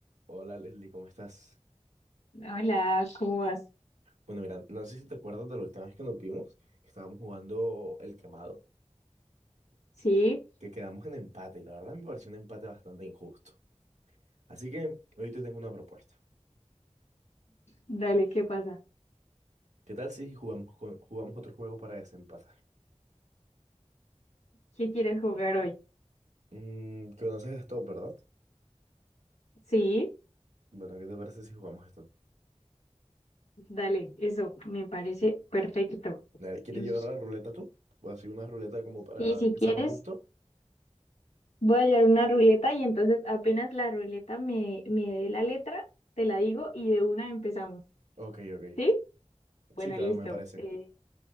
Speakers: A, on the right (about 85°); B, on the left (about 80°).
A: Hola Leslie, ¿cómo estás?
B: Hola, ¿cómo vas?
A: Bueno, mira, no sé si te acuerdas de la última vez que nos vimos, que estábamos jugando el quemado,
B: Sí,
A: que quedamos en empate y la verdad me pareció un empate bastante injusto. Así que hoy te tengo una propuesta.
B: dale, ¿qué pasa?
A: ¿Qué tal si jugamos, con- jugamos otro juego para desempatar?
B: ¿Qué quieres jugar hoy?
A: Mm, conoces esto, ¿verdad?
B: Sí,
A: Bueno, ¿qué te parece si jugamos esto?
B: dale, eso me parece perfecto.
A: Dale, ¿quieres
B: Em,
A: llevar la ruleta tú? ¿O así una ruleta como para
B: Sí, si
A: que
B: quieres,
A: sea más justo?
B: voy a hallar una ruleta y entonces apenas la ruleta me, me dé la letra, te la digo y de una empezamos.
A: Ok, ok.
B: ¿Sí? Bueno,
A: Sí, claro,
B: listo.
A: me parece.
B: Eh,